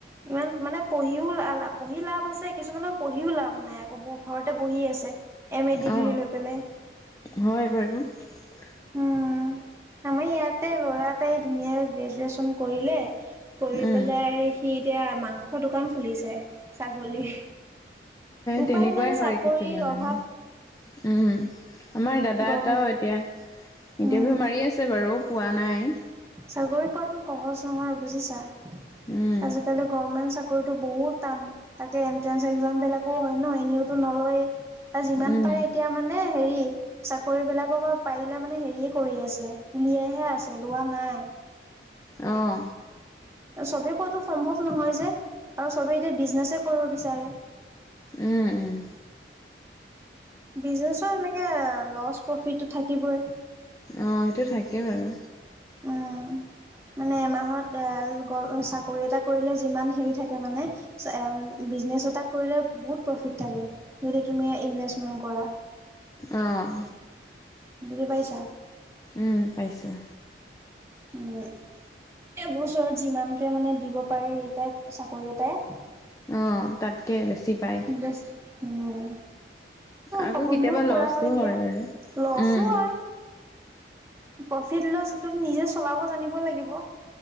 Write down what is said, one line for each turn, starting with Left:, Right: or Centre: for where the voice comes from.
Right: ইমান মানে পঢ়িও পঢ়ি লাভ আছে কিছুমানৰ পঢ়িও লাভ নাই আকৌ ঘৰতে বহি আছে এমএ ডিগ্ৰী
Left: অ
Right: লৈ পেলাই।
Left: হয় <inaudible>
Right: উম আমি ইয়াতে ল'ৰা এটাই ধুনীয়া গ্ৰেজুৱেচন কৰিলে। কৰি
Left: উম
Right: পেলাই সি। এতিয়া মাংস দোকান খুলিছে। ছাগলীৰ। উপায়
Left: তেনেকুৱাই
Right: নাই
Left: হয়
Right: চাকৰিৰ
Left: কিছুমানে
Right: অভাৱ
Left: উম আমা। আমাৰ দাদা
Right: গভমেণ্ট
Left: এটাও এতিয়া ইন্টাৰভিউ
Right: উম
Left: মাৰি আছে বাৰু। পোৱা নাই।
Right: চাকৰি পোৱাটো সহজ নহয় বুজিছা।
Left: উম
Right: আজিকালি গভৰ্মেন্ত চাক। কৰিলো বহুত টান। তাকে এন্ট্ৰেঞ্চ এক্সামবিলাক। অহ হয় ন এনেওতো নলয়ে। আৰু যিমান
Left: উম
Right: পাৰে এতিয়া মানে হেৰি। চাকৰি বিলাকৰ পৰা পাৰিলে মানে হেৰি। ঠিকে কৰি আছে, উলিয়াইহে আছে লোৱা নাই।
Left: অহ।
Right: সবে কোৱাটো সম্ভৱ নহয় যে, আৰু সবে এতিয়া বিজনেছহে কৰিব বিচাৰে।
Left: উম উম।
Right: বিজনেচৰ এনেকে-এ লছ প্ৰফিটটো থাকিবই।
Left: অ সেইটো থাকে বাৰু
Right: উম, মানে এমাহত এ লোক-চাকৰি এটা কৰিলে যিমান হেৰি থাকে মানে। এম বিজনেছ এটাত কৰিলে বহুত প্ৰফিত থাকে। যদি তুমি ইনভেষ্ট মকৰা।
Left: অহ।
Right: বুজি পাইছা?
Left: উম পাইছোঁ।
Right: উম। এবছৰত যিমানটোৱে মানে দিব পাৰে এই এটাই চাকৰি এটাই।
Left: অহ তাতকে বেছি পায়
Right: বছ, উম।
Left: আকৌ
Right: সপোনবোৰ
Left: কেতিয়াবা
Right: পুৰা
Left: লচো
Right: দিয়া।
Left: হয় বাৰু,
Right: লছো
Left: উম।
Right: হয়, প্ৰফিট লছ্টো নিজে চলাব জানিব লাগিব।